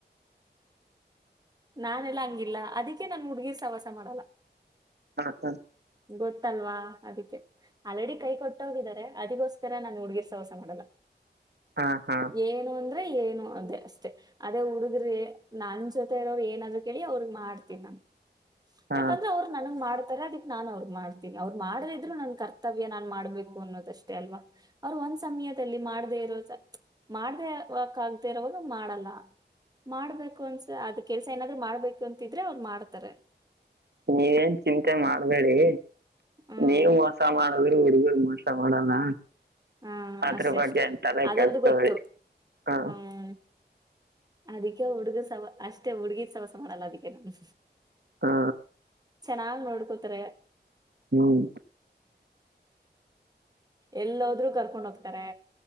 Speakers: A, on the right (about 20°); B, on the right (about 70°).
A: ನಾನೆಲ್ಲ ಹಂಗಿಲ್ಲ ಅದಿಕ್ಕೆ ನಾನು ಹುಡುಗಿರ್ ಸವಾಸ ಮಾಡಲ್ಲ
B: ಹಾ ಹಾ.
A: ಗೊತ್ತಲ್ವಾ ಅದಕ್ಕೆ ಆಲ್ರೆಡಿ ಕೈ ಕೊಟ್ಟ ಹೋಗಿದ್ದಾರೆ ಅದಿಗೋಸ್ಕರ ನಾನು ಹುಡ್ಗಿರ್ ಸವಾಸ ಮಾಡಲ್ಲ..
B: ಹಾ ಹಾ
A: ಏನು ಅಂದ್ರೆ ಏನು ಅದೇ ಅಷ್ಟೆ ಅದೇ ಹುಡುಗ್ರ.. ನನ್ ಜೊತೆ ಇರೋರು ಏನಾದ್ರು ಕೇಳಿ ಅವ್ರಗ್ ಮಾಡ್ತೀನೀ ನನ್
B: ಹಾ
A: ಯಾಕಂದ್ರೆ ಅವ್ರು ನನ್ಗ್ ಮಾಡ್ತಾರ.. ನಾನ್ ಅವ್ರಗೆ ಮಾಡ್ತೀನಿ ಅವ್ರು ಮಾಡ್ದ ಇದ್ರು ನನ್ ಕರ್ತವ್ಯ ನಾನ್ ಮಾಡ್ಬೇಕು ಅನ್ನೋದಷ್ಟೇ ಅಲ್ವ ಅವರು ಒಂದ್ ಸತಿ.. ಮಾಡ್ದೇ ಇರೋ ಮಾಡ್ದೇಕ್ ಆಗದೆ ಇರೋವಾಗ ಮಾಡಲ್ಲ... ಮಾಡ್ಬೇಕು ಅನ್ಸ ಅದ ಕೆಲ್ಸ ಏನಾದ್ರು ಮಾಡ್ಬೇಕು ಅಂತಿದ್ರೆ ಅವ್ರ ಮಾಡ್ತಾರೆ..
B: ನೀವೇನ್ ಚಿಂತೆ ಮಾಡ್ಬೇಡಿ
A: ಹ್ಮ್
B: ನೀವ್ ಮೋಸ ಮಾಡ.. ಅವ್ರ ಹುಡ್ಗರು ಮೋಸ ಮಾಡೋಲ್ಲ...
A: ಹಾ
B: ಅದ್ರ
A: ಅಷ್ಟೇ
B: ಬಗ್ಗೆ
A: ಅಷ್ಟೇ
B: ಎಂತಲೇ
A: ಅದೊಂದು
B: ಕೆಡಿಸು
A: ಗೊತ್ತು
B: ಕೊಬೇಡಿ ಹ್ಮ...
A: ಹ್ಮ್ ಅದಕ್ಕೆ ಹುಡ್ಗ ಸವ ಅಷ್ಟೇ ಹುಡ್ಗಿ ಸವಾಸ ಮಾಡಲ್ಲ ಅದಕ್ಕೆ ನಾನು....
B: ಹಾ
A: ಚೆನ್ನಾಗ್ ನೋಡ್ಕೋತಾರೆ..
B: ಹ್ಮ್.
A: ಎಲ್ಲೋದ್ರುಕರ್ಕೊಂಡ ಹೋಗ್ತಾರೆ